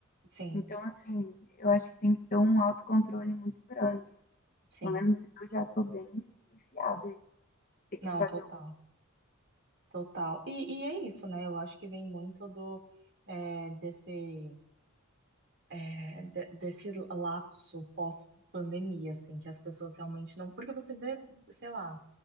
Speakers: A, on the right (about 55°); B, on the left (about 40°).
A: sim,
B: Então, assim, eu acho que tem que ter um autocontrole muito grande.
A: sim.
B: Pelo menos eu já tô bem enfiada Tem
A: Não,
B: que fazer
A: total.
B: o
A: Total. E, e é isso, né? Eu acho que vem muito do é, desse é, de- desse lapso pós-pandemia, assim, que as pessoas realmente não. Porque você vê, sei lá,